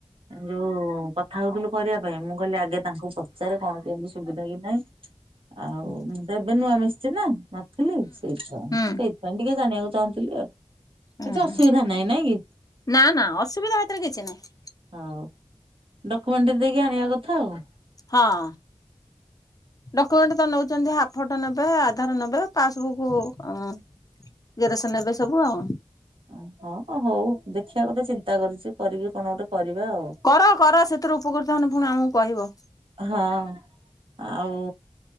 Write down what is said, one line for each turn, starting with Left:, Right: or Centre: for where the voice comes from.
Right: ଯୋଉ କଥା ହଉଥିଲୁ କରିବା ପାଇଁ ମୁଁ କହିଲି ଆଗେ ତାଙ୍କୁ ପଚାରେ କଣ କେମିତି ସୁବିଧା କି ନାହିଁ। ଆଉ
Left: ହୁଁ
Right: ମୁଁ ତ ଏବେ ନୂଆ ମିଶଛି ନା ମ ଥିଲି ସେଇପାଇଁ
Left: ହୁଁ
Right: ସେଇଥିପାଇଁ ଟିକେ ଜାଣିବାକୁ ଚାହୁଁଥିଲି ଆଉ। କିଛି
Left: ହୁଁ ହୁଁ
Right: ଅସୁବିଧା ନାହିଁ ନାଇଁ କି
Left: ନା ନା ଅସୁବିଧା ହେଥିରେ କିଛି ନାହିଁ
Right: ହଉ ଡକୁମେଣ୍ଟ ଦେଇକି ଆଣିବା କଥା ଆଉ।
Left: ହଁ। ଡକ୍ୟୁମେଣ୍ଟ ତ ନେଉଛନ୍ତି ହାଫ ଫଟୋ ନେବେ ଆଧାର ନେବେ ପାସବୁକ୍ ଆଁ ଜେରକ୍ସ ନେବେ ସବୁ ଆଉ।
Right: ଓ ହଁ ହଉ ଦେଖିବା ଗୋଟେ ଚିନ୍ତା କରିଛି କରିବି କଣ ଗୋଟେ କରିବା ଆଉ।
Left: କର କର ସେଥିରୁ ଉପକୃତ ହେଲେ ପୁଣି ଆମକୁ କହିବ।
Right: ହଁ ଆଉ